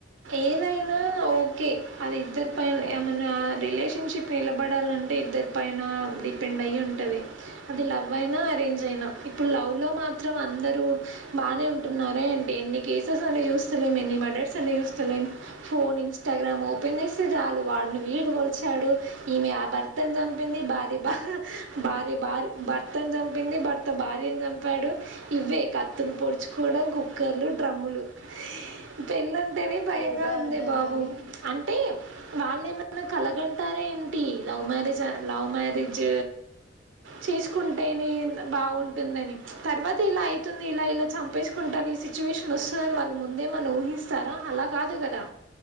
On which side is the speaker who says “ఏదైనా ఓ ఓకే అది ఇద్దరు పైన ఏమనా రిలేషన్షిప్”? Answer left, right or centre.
Right